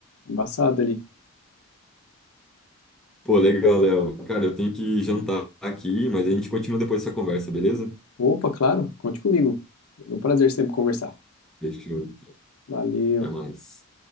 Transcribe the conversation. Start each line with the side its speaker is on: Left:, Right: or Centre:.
Left: embaçada ali.
Centre: Pô, legal, Léo. Cara, eu tenho que jantar aqui, mas a gente continua depois dessa conversa, beleza?
Left: Opa, claro, conte comigo. É um prazer sempre conversar.
Centre: Fechou. então.
Left: Valeu.
Centre: Até mais.